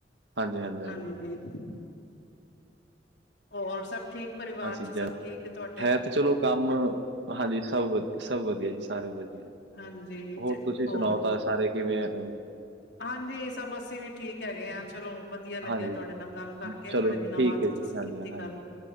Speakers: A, on the right; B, on the left.
A: ਹਾਂਜੀ ਹਾਂਜੀ
B: ਹਾਂਜੀ ਬਿਲ ਹੋਰ ਸਭ ਠੀਕ ਪਰਿਵਾਰ
A: ਆਹ ਚੀਜ਼ਾਂ
B: ਚ ਸਭ ਠੀਕ ਏ ਤੁਹਾਡੇ
A: ਹੈ ਤੇ ਚਲੋ ਕੰਮ ਹਾਂਜੀ ਸਭ ਵਧੀਆ ਸਭ ਵਧੀਆ ਜੀ ਸਾਰੇ ਵਧੀਆ
B: ਹਾਂਜੀ
A: ਹੋਰ ਤੁਸੀਂ
B: ਹੋਰ
A: ਸੁਣਾਓ ਤਾਂ ਸਾਰੇ ਕਿਵੇਂ ਐ ਹੁਣ
B: ਹਾਂਜੀ ਸਭ ਅੱਸੀ ਵੀ ਠੀਕ ਹੈਗੇ ਆਂ ਚਲੋ ਬ ਧੀਆ ਲੱਗਿਆ
A: ਹਾਂਜੀ
B: ਤੁਹਾਡੇ ਨਾਲ ਗੱਲ ਕਰਕੇ
A: ਚਲੋ
B: ਬੜੇ
A: ਠੀਕ
B: ਦਿਨਾਂ ਬਾਅਦ
A: ਹੈ ਜੀ
B: ਤੁਸੀਂ
A: ਹਾਂਜੀ
B: ਕੀਤੀ
A: ਹਾਂਜੀ
B: ਗੱਲ